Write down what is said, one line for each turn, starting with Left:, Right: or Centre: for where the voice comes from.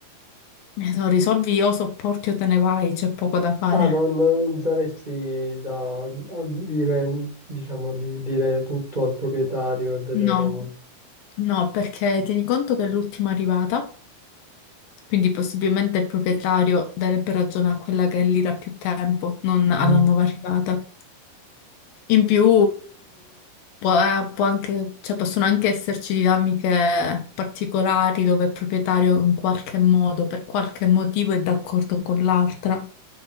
Left: Eh, Se lo risolvi o sopporti o te ne vai, c'è poco da fare.
Right: Ah, non, non saresti da a dire, diciamo, di dire tutto al proprietario e vedere...
Left: No, no, perché tieni conto che è l'ultima arrivata, quindi possibilmente il proprietario darebbe ragione a quella che è lì da più tempo, non alla
Right: Mm.
Left: nuova arrivata. In più può, eh, può anche- cioè, possono anche esserci dinamiche particolari dove il proprietario in qualche modo, per qualche motivo, è d'accordo con l'altra.